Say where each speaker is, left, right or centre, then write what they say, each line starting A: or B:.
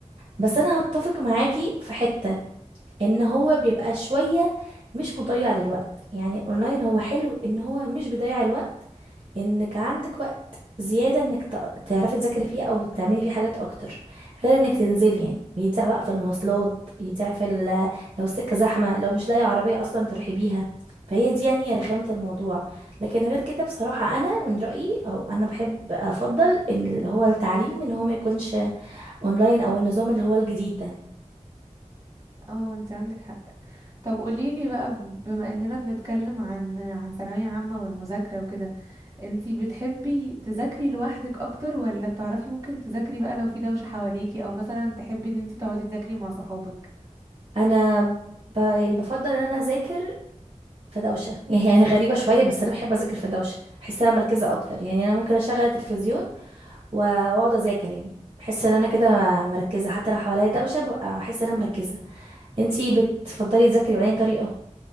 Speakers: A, on the right (about 45°); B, on the right (about 25°).
A: بس انا هتفق معاكي في حتة ان هو بيبقى شوية مش مضيع للوقت يعني الاونلاين هو حلو ان هو مش بيضيع الوقت انك عندك وقت زيادة انك ت- تعرفي تذاكري فيه او تعملي فيه حاجات اكتر غير انك تنزلي يعني بيضيع بقى في المواصلات يضيع في ال- لو السكة زحمة لو مش لاقي عربية اصلا تروحي بيها فهي دي يعني رخامة الموضوع لكن غير كده بصراحة انا من رأيي او انا بحب افضل ان اللي هو التعليم ان هو ما يكونش اونلاين او النظام اللي هو الجديد ده
B: اه انتي عندك حق طب قوليلي بقى بما اننا بنتكلم عن عن ثانوية عامة والمذاكرة وكده انتي بتحبي تذاكري لوحدك اكتر ولا بتعرفي ممكن تذاكري بقى لو في دوشة حواليكي او مثلا تحبي ان انتي تقعدي تذاكري مع صحابك
A: انا ب... يعني بفضل ان انا اذاكر في دوشه <laughs> يعني هي غريبه شويه بس انا بحب اذاكر في دوشه بحس انا مركزه اكتر يعني انا ممكن اشغل التلفزيون و- واقعد اذاكر يعني بحس ان انا كده مركزه حتى لو حواليا دوشه ببقى بحس ان انا مركزه انتي بتفضلي تذاكري بأي طريقه